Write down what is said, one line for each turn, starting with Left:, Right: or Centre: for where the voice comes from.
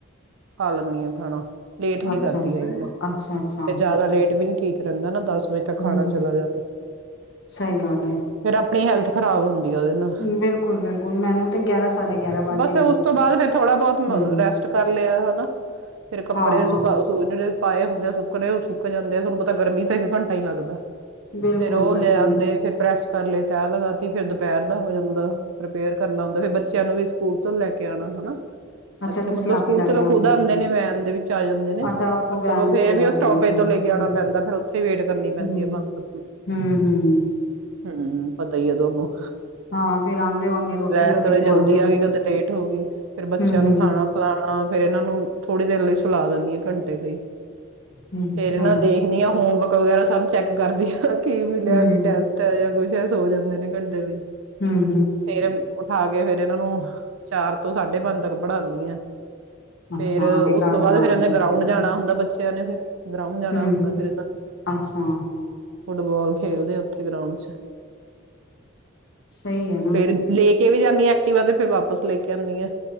Right: ਖਾ ਲੈਂਦੀ ਹਾਂ ਖਾਣਾ ਲੇਟ ਨੀ
Left: ਅੱਛਾ-ਅੱਛਾ,
Right: ਕਰਦੀ ਹੈਗੀ ਮੈਂ
Left: ਅੱਛਾ-ਅੱਛਾ
Right: ਫੇਰ ਜ਼ਿਆਦਾ ਲੇਟ ਵੀ ਨੀ ਠੀਕ ਰਹਿੰਦਾ ਨਾ ਦਸ ਤੱਕ ਖਾਣਾ
Left: ਹੂੰ
Right: ਚਲਾ ਜਾਵੇ
Left: ਸਹੀ ਗੱਲ ਏ।
Right: ਫਿਰ ਆਪ <unintelligible> ਹੈਲਥ ਖਰਾਬ ਹੋ ਜਾਂਦੀ <inaudible> ਦੇ ਨਾ
Left: ਬਿਲਕੁਲ-ਬਿਲਕੁਲ ਮੈਨੂੰ ਤੇ ਗਿਆਰਾਂ ਸਾਢੇ ਗਿਆਰਾਂ ਵੱਜ
Right: ਬਸ
Left: ਹੀ ਜਾਂਦੇ
Right: ਉਸ ਤੋਂ
Left: ਨੇ
Right: ਬਾਅਦ ਫੇਰ ਥੋੜਾ ਬਹੁਤ
Left: ਹੂੰ
Right: ਰੈਸਟ ਕਰ ਲਿਆ ਹਨਾ ਫੇਿਰ ਕੱਪੜੇ
Left: ਹਾਂ
Right: ਸੁਕਾ ਜਿਹੜੇ ਪਾਏ ਹੁੰਦੇ ਆ ਸੁੱਕਣੇ ਉਹ ਸੁੱਕ ਜਾਂਦੇ ਆ ਤੁਹਾਨੂੰ ਪਤਾ ਗਰਮੀ ਤਾਂ ਇੱਕ ਘੰਟਾ ਹੀ ਲੱਗਦਾ
Left: ਬਿਲਕੁਲ-ਬਿਲਕੁਲ
Right: ਫੇਰ ਉਹ ਲੈ ਆਂਦੇ ਫੇਰ ਪ੍ਰੈਸ ਕਰਲੇ ਤੈ ਲਗਾਤੀ ਫਿਰ ਦੁਪਹਿਰ ਦਾ ਹੋ ਜਾਂਦਾ ਪ੍ਰਪੇਅਰ ਕਰਨਾ ਹੁੰਦਾ ਫੇਰ ਬੱਚਿਆਂ ਨੂੰ ਵੀ ਸਕੂਲ ਤੋਂ ਲੈ ਕੇ ਆਨਾ ਹਨਾ <unintelligible>
Left: ਅੱਛਾ
Right: ਇੱਥੋਂ
Left: ਤੁਸੀਂ
Right: ਮਤਲਬ
Left: ਆਪ
Right: ਸਕੂਲ
Left: ਹੀ ਲੈ
Right: ਤੇ ਲੋਕ
Left: ਕੇ ਆਉਂਦੇ
Right: ਖੁਦ ਆਂਦੇ
Left: ਹੋ
Right: ਨੇ ਵੈਨ ਦੇ ਵਿੱਚ ਆ ਜਾਂਦੇ ਨੇ
Left: ਅੱਛਾ ਉੱਥੋਂ
Right: ਪਰ
Left: ਵੈਨ
Right: ਚਲੋ ਫੇਰ
Left: ਤੋਂ ਲੈ
Right: ਵੀ ਉਹ ਸਟੋਪੇਜ
Left: ਕੇ ਆਉਂਦਾ ਹੂੰ
Right: ਤੋਂ ਲੈ ਕੇ ਆਨਾ ਪੈਂਦਾ ਫੇਰ ਉੱਥੇ ਹੀ ਵੇਟ ਕਰਨੀ ਪੈਂਦੀ
Left: ਹੂੰ
Right: ਹੈ ਪੰਜ ਸੱਤ ਮਿੰਟ
Left: ਹੂੰ ਹੂੰ
Right: ਹਮ ਹ ਪਤਾ ਈ ਹੈ ਤੁਹਾਨੂੰ
Left: ਹਾਂ ਫੇਰ ਆਉਂਦੇ ਹੋਣਗੇ ਰੋਟੀ
Right: ਵੈਨ
Left: ਰੋਟੀ
Right: ਕਦੇ
Left: ਖਵਾਉਂਦੇ
Right: ਜਲਦੀ
Left: ਹੋ
Right: ਆ ਗਈ ਕਦੇ ਲੇਟ ਹੋ ਗਈ ਫੇਰ
Left: ਹੂੰ
Right: ਬੱਚਿਆਂ
Left: ਹੂੰ
Right: ਨੂੰ ਖਾਣਾ ਖਿਲਾਣਾ ਫੇਰ ਇਹਨਾਂ ਨੂੰ ਥੋੜ੍ਹੀ ਦੇਰ ਲਈ ਸੁਲਾ ਦਿੰਦੀ ਆ ਘੰਟੇ ਲਈ
Left: ਹੂੰ ਅੱਛਾ
Right: ਫੇਰ ਨਾ ਦੇਖਨੀ ਆ ਹੋਮ ਵਰਕ ਵਗੈਰਾ ਸਭ ਚੈੱਕ ਕਰਦੀ ਹਾਂ ਕੀ ਮਿਲਿਆ
Left: ਹੂੰ
Right: ਕੀ ਟੈਸਟ ਹੈ ਯਾ ਕੁਛ ਫੇਰ ਸੋ ਜਾਂਦੇ ਨੇ ਘੰਟੇ ਲਈ
Left: ਹਮ
Right: ਫੇਰ ਉਠਾ ਕੇ ਫੇਰ ਇਹਨਾਂ ਨੂੰ ਚਾਰ ਤੋਂ ਸਾਢੇ ਪੰਜ ਤੱਕ ਪੜ੍ਹਾਂਨੀ ਆ
Left: ਅੱਛਾ
Right: ਫੇਰ
Left: ਆਪ ਹੀ
Right: ਉਸ
Left: ਘਰ
Right: ਤੋਂ ਬਾਅਦ
Left: ਬਣਾਉਂਦੇ
Right: ਫੇਰ ਏਨੇ
Left: ਹੋ
Right: ਗਰਾਉਂਡ ਜਾਣਾ
Left: ਹੂੰ
Right: ਹੁੰਦਾ ਬੱਚ ਯਾਨੀ ਫਿਰ ਗਰਾਊਡ ਜਾਣਾ
Left: ਹੂੰ
Right: ਹੁੰਦਾ
Left: ਹੂੰ
Right: ਫਿਰ ਏਨਾਂ ਨੇ।
Left: ਅੱਛਾ
Right: ਫੁੱਟਬਾਲ ਖੇਲਦੇ ਔਥੇ ਗਰਾਉਂਡ ਚ
Left: ਸਈ ਐ ਨਾ।
Right: ਫੇਰ ਲੈ ਕੇ ਵੀ ਜਾਂਨੀ ਐਕਟੀਵਾ ਤੇ ਫੇਰ ਵਾਪਸ ਲੈ ਕੇ ਆਨੀ ਆਂ।